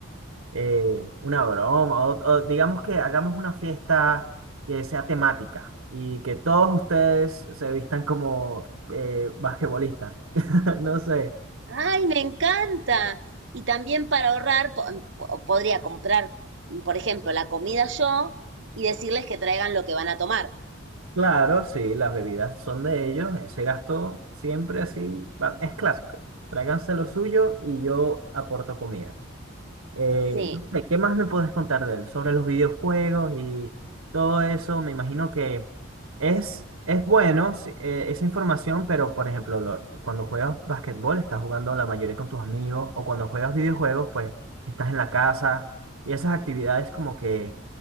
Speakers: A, on the right; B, on the right.
A: eh, una broma, o, o digamos que hagamos una fiesta que sea temática y que todos ustedes se vistan como eh, basquetbolistas. <laughs> No sé.
B: Ay, me encanta. Y también para ahorrar, po- em, po- podría comprar, por ejemplo, la comida yo y decirles que traigan lo que van a tomar.
A: Claro, sí, las bebidas son de ellos, ese gasto siempre así va- es clásico. Tráiganse lo suyo y yo aporto comida. Eh,
B: Sí.
A: no sé, ¿qué más me puedes contar de él? Sobre los videojuegos y todo eso, me imagino que es, es bueno sí, eh, esa información, pero por ejemplo, lo- cuando juegas basquetbol estás jugando la mayoría con tus amigos, o cuando juegas videojuegos, pues estás en la casa, y esas actividades como que